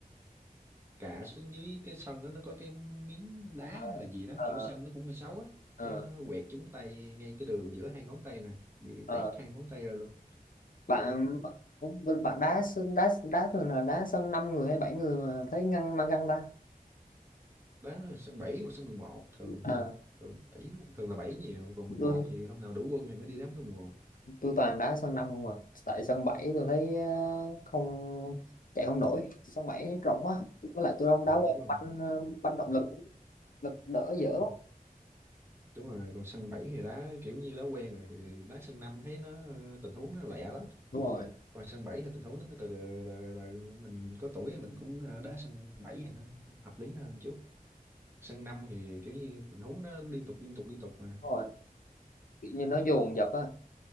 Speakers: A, on the right; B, on the left.
A: cả xuống dưới cái sân đó, nó có cái miếng đá
B: ờ
A: hay là gì đó
B: ờ
A: kiểu sân nó cũng hơi xấu á
B: ờ
A: cái nó quẹt trúng tay ngay cái đường giữa hai ngón tay nè bị
B: ờ.
A: tét hai ngón tay ra luôn
B: bạn bạn đá sân đá đá thường là đá sân 5 người hay 7 người mà thấy ngăn mang găng ta
A: đó là sân 7 hoặc sân mười một thường
B: Ờ,
A: là vậy thường bảy thường là 7 nhiều còn 11
B: tôi
A: thì hôm nào đủ quân thì mới đi đá sân 11
B: tôi toàn đá sân năm không à tại sân bảy tôi thấy ờ, không chạy không nổi sân bảy rộng quá với lại tôi không
A: à,
B: đá quen
A: đúng rồi
B: banh ờ, banh động lực lực đỡ dở
A: đúng rồi
B: quá
A: đúng rồi còn sân 7 thì đá kiểu như đá quen rồi thì đá sân 5 thấy nó ờ, tình huống nó lẹ lắm
B: Đúng rồi.
A: còn sân 7 thì tình huống nó từ từ từ, từ, từ. mình có tuổi thì mình cũng ờ, đá sân 7 thì nó hợp lý hơn chút sân năm thì kiểu như tình huống nó liên tục liên tục liên tục mà
B: Đúng rồi kiểu như nó dồn dập á